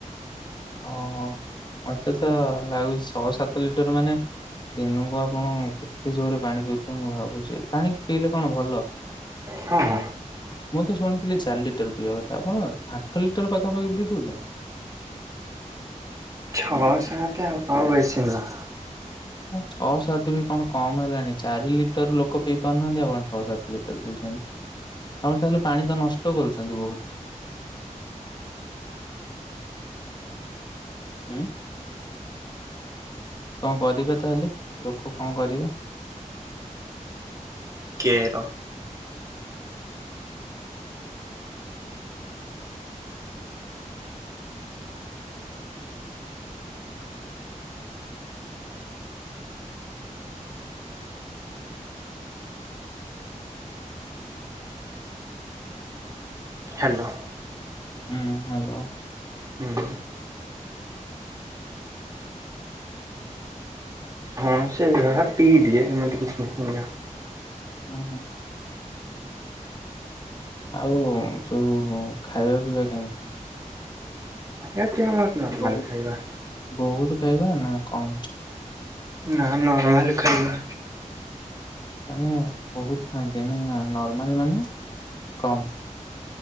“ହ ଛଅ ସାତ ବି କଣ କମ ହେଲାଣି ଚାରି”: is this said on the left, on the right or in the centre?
Left